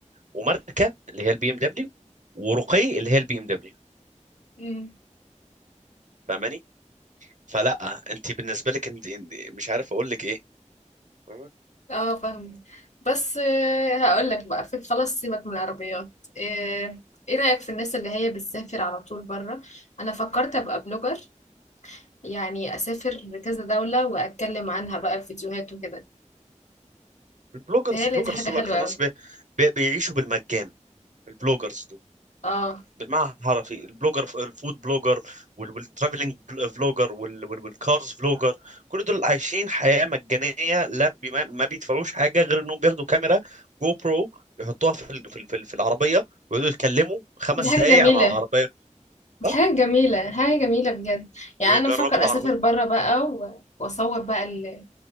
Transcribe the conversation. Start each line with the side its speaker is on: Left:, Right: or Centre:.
Right: وماركه اللي هي البي ام دبليو ورقي اللي هي البي ام دبليو
Left: أمم.
Right: فاهماني فلا انت بالنسبه لك انت انت- مش عارف اقول لك ايه فاهمة؟
Left: اه فاهم بس آه، هقول لك بقى في خلاص سيبك من العربيات ايه إيه رأيك في الناس اللي هي بتسافر على طول بره انا فكرت ابقى بلوجر يعني اسافر لكذا دولة واتكلم عنها بقى في فيديوهات وكده
Right: البلوجرز
Left: تهيألي
Right: البلوجرز
Left: دي حاجة
Right: دول
Left: حلوة
Right: اكتر
Left: قوي
Right: ناس بي بي بيعيشوا بالمجان البلوجرز
Left: اه
Right: بالمعنى الحرفي البلوجر الفود بلوجر وال- والترافلينج بل- فلوجر وال- وال- والكارز فلوجر كل دول عايشين حياة مجانية لا بي- ما ما بيدفعوش حاجة غير انهم بياخدوا كاميرا جو برو يحطوها في ال- في ال- في ال- في العربية ويقعدوا يتكلموا خمس
Left: دي حاجة
Right: دقايق
Left: جميلة
Right: عن العربية اه
Left: حاجة جميلة حاجة جميلة بجد يعني
Right: ويجربوا
Left: أنا بفكر
Right: العربية
Left: أسافر برا بقى و- وأصور بقى ال...